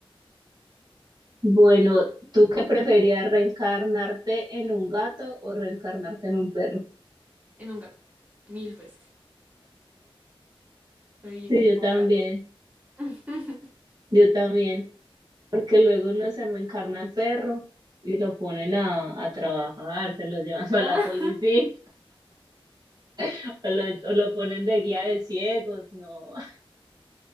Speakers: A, on the right; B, on the right.
A: Bueno, ¿tú qué preferías, reencarnarte en un gato o reencarnarte en un perro?
B: En un gato, mil veces. Soy equipo
A: Sí, yo también,
B: gatos. <laughs>
A: yo también. Porque luego uno se reencarna en perro y lo ponen a, a trabajar, se lo llevan <laughs>
B: Ah,
A: a la policía, <laughs> o lo, o lo ponen de guía de ciegos, no. <laughs>